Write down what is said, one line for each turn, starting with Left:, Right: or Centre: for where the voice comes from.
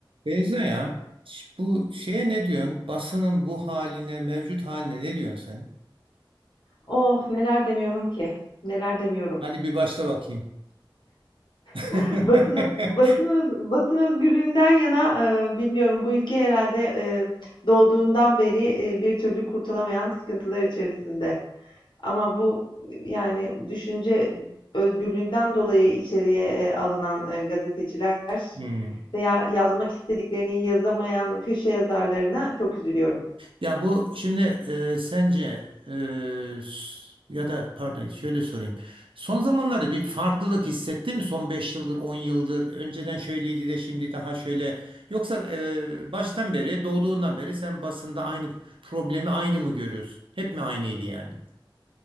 Right: Beyza ya ş- bu şeye ne diyorsun? Basının bu haline, mevcut haline ne diyorsun sen?
Left: Oh neler demiyorum ki. Neler demiyorum.
Right: Hadi bir başla bakayım. <laughs>
Left: <laughs> Basın, basın, öz- basın özgürlüğünden yana e, bilmiyorum bu ülke herhalde e, doğduğundan beri e, bir türlü kurtulamayan sıkıntılar içerisinde. Ama bu yani düşünce özgürlüğünden dolayı içeriye e, alınan e, gazeteciler
Right: Hmm.
Left: veya yazmak istediklerini yazamayan köşe yazarlarına çok üzülüyorum.
Right: Ya bu şimdi e, sence e, s- ya da pardon şöyle sorayım. Son zamanlarda bir farklılık hissetti mi? Son 5 yıldır, 10 yıldır. Önceden şöyleydi de şimdi daha şöyle. Yoksa e, baştan beri, doğduğundan beri sen basında aynı problemi aynı mı görüyorsun? Hep mi aynıydı yani?